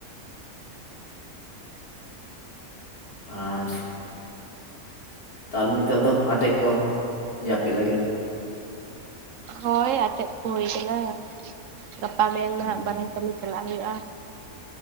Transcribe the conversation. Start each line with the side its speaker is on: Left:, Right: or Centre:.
Left: ᱟᱪᱷᱟ ᱛᱟᱦᱚᱞᱮ ᱱᱤᱛᱚᱜ ᱫᱚ ᱟᱴᱮᱫ ᱠᱚ ᱡᱟᱹᱯᱤᱫ ᱞᱟᱹᱜᱤᱫ
Right: ᱦᱳᱭ ᱟᱛᱮᱫ ᱠᱚ ᱦᱩᱭ ᱟᱠᱟᱱᱟ ᱜᱟᱯᱟ ᱢᱮᱭᱟᱝ
Left: ᱦᱩᱸ,
Right: ᱱᱟᱦᱟᱜ ᱵᱟᱨᱦᱮ ᱠᱟᱹᱢᱤ ᱪᱟᱞᱟᱜ ᱦᱩᱭᱩᱜᱼᱟ᱾